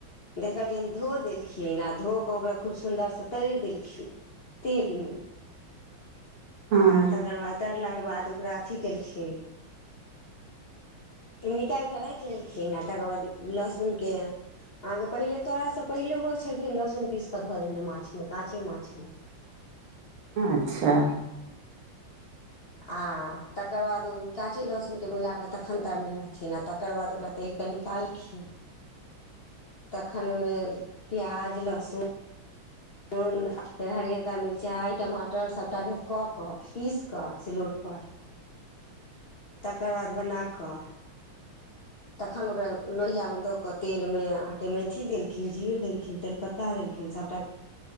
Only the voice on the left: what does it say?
देखलियनि धो देलखिन आ धो क ओकरा खूब सुन्दरसँ तरि देलखिन तेलमे
आर तकर बाद तरलाके बाद ओकरा अथि केलखिन निकालि क राखि लेलखिन आ तकर बाद लहसुनके अहाँके पहिले तरै से पहिले होइ छलखिन लहसुन पीस क ध देने माछ मे काँचे माछ मे
आ तकर बाद ओ काचे लहसुनके मिलाक तखन तरने रहथिन आ तकर बाद ओकरा तैर क निकालखिन।
तखन ओहिमे प्याज लहसुन नून फेर हरिअरका मिरचाइ टमाटर सभटाके क क पीस क सिलौटपर
तकर बाद बना क तखन ओकरा लोहियामे द क तेलमे अहाँके मेथी देलखिन जीर देलखिन तेजपत्ता देलखिन सभटा